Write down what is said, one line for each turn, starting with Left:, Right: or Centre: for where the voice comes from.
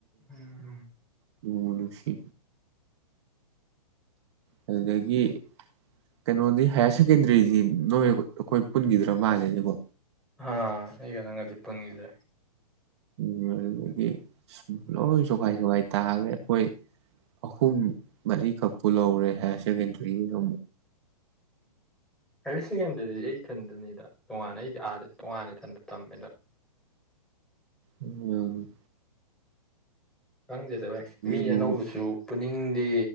Centre: ꯎꯝ
Right: ꯅꯨꯡꯕꯨ ꯅꯨꯡꯁꯤ ꯑꯗꯨꯗꯒꯤ ꯀꯩꯅꯣꯗꯤ ꯍꯥꯏꯌꯔ ꯁꯦꯀꯦꯟꯗ꯭ꯔꯤꯗꯤ ꯅꯣꯏ ꯑꯩꯈꯣꯏ ꯄꯨꯟꯒꯤꯗ꯭ꯔ ꯃꯥꯜꯂꯦꯅꯦꯀꯣ
Centre: ꯑꯥ ꯑꯩꯒ ꯅꯪꯒꯗꯤ ꯄꯨꯟꯒꯤꯗ꯭ꯔꯦ
Right: ꯎ ꯑꯗꯨꯗꯒꯤ ꯁꯨꯝ ꯂꯣꯏ ꯁꯣꯒꯥꯏ ꯁꯣꯒꯥꯏ ꯇꯥꯒ꯭ꯔꯦ ꯑꯩꯈꯣꯏ ꯑꯍꯨꯝ ꯃꯔꯤꯈꯛ ꯄꯨ ꯂꯧ ꯄꯨꯔꯦ ꯍꯦꯁꯦ ꯀꯦꯟꯗ ꯏ ꯍꯨ
Centre: ꯍꯥꯌꯌꯔ ꯁꯦꯀꯦꯟꯗꯔꯤꯗꯗꯤ ꯑꯩ ꯏꯊꯟꯗꯅꯤꯗ ꯇꯣꯉꯥꯟꯅ ꯑꯩꯗꯤ ꯑꯥꯗꯦ ꯇꯣꯉꯥꯟꯅ ꯏꯟꯗ ꯇꯝꯃꯦꯗ
Right: ꯎꯝ
Centre: ꯈꯪꯖꯗ ꯚꯏ ꯃꯤ
Right: ꯑꯃꯨꯛ
Centre: ꯑꯅꯧꯕꯁꯨ ꯄꯨꯅꯤꯡꯗꯦ